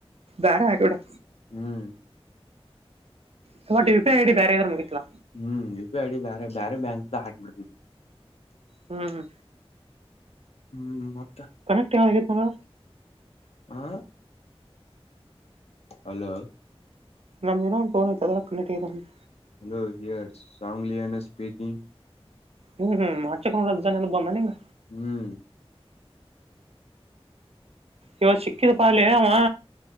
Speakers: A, on the right; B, on the left.
A: ಬೇರೆ ಹಾಕಿಬಿಡು
B: ಹ್ಮ್
A: ತ ಟು ಡಿ ಬೇರೆರು ಮುಗತ್ತಾ
B: ಹ್ಮ್ ಯು ಪಿ ಐಡಿ ಬ ಬೇರೆ ಬ್ಯಾಂಕ್ ಹಾಕಿಬಿಡ್ತ
A: ಹ್ಮ್ ಹ್ಮ.
B: ಹ್ಮ್ ಮ.
A: ಕನೆಕ್ಟ್ ಯಾವಾಗ ಆಗಿತ್ ಹೇಳು.
B: ಹಾ. ಹಲೋ.
A: ನಮ್ದ ಇನ್ನು ಒಂದು ಫೋನ್ ಅದ್ರಾಗ ಕನೆಕ್ಟ್ ಆಗ್ಯತಿ ಅಂದೆ.
B: Hello here Sangliana speaking.
A: ಹ್ಮ್ ಹ್ಮ್ <unintelligible> ಬಂದ ನಿಂಗ.
B: ಹ್ಮ್.
A: ಇವತ್ತು ಸಿಕ್ಕಿದ್ ಪಾ ಅಲ್ಲೆ ಅವ